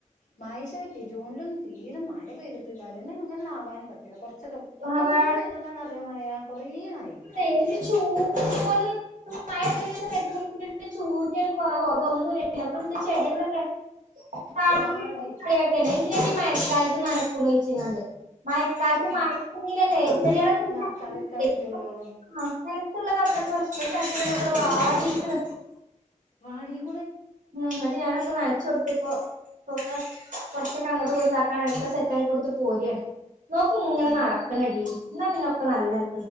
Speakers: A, on the left (about 70°); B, on the right (about 80°).
A: മായശത്തി ജൂണിലൊന്നും തീരെം മഴ പെയ്തിട്ട് <unintelligible> ച്ചക്കെ
B: അവ-
A: എന്ന് പെയ്തതാന്ന് അറിയോ മഴ കൊറെ ആയി
B: ഏത് ചൂട്
A: <unintelligible>
B: പോലും <unintelligible> <unintelligible>
A: വാടി
B: <unintelligible>
A: അതിന് നനക്കാതിരിക്കാൻ പറ്റുള്ളൂ
B: <unintelligible>
A: <unintelligible>
B: ഉംഗട്ട് ഞാനൊക്കെ നനച്ചോടത്തിപ്പോ ഇപ്പൊക്കെ കുറച്ചൊക്കെ അങ്ങോട്ട് കൊൂതാക്കാാണ് ഒക്കെ സെറ്റ ആാക്കി കൊടുത്ത് പോരാണ്. നോക്കി ഇങ്ങനെ
A: എന്ത്
B: നടക്കണഡീ എന്നാ പിന്നെ ഒക്കെ നല്ലനെൽ